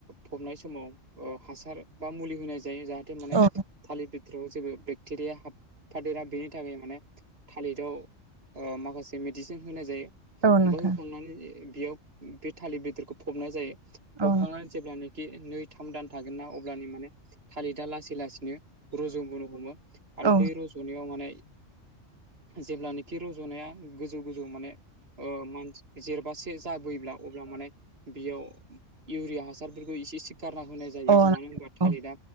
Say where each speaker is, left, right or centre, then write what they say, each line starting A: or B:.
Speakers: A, on the right (about 50°); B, on the right (about 30°).
A: फबनाय समाव ओ हासार बा मुलि होनाय जायो जाहाथे माने
B: औ
A: थालिर बि <unintelligible> जेबो बेक्टेरिया हाबफादेरा बेनि थाखाय माने थालिराव ओ माखासे मेडिसिन होनाय जायो।
B: औ नोंथां
A: बो होखांनानै बेयाव बे थालिर बेदरखौ फबनाय जायो फबखांनानै
B: औ नोंथां औ
A: जेब्लानोखि नै थाम दान थागोनना अब्लानि माने थालिदा लासै लासैनो रज'बोनो हमो आरो
B: औ
A: बै रज'नायाव माने जेब्लानोखि रज'नाया गोजौ - गोजौ माने ओ मानसि जेरबासे जाबोयोब्ला अब्ला माने बेयाव इउरिया हासारफोरखौ इसे-इसे गारना होनाय जायो
B: औ
A: मानो होनबा थालिदा
B: औ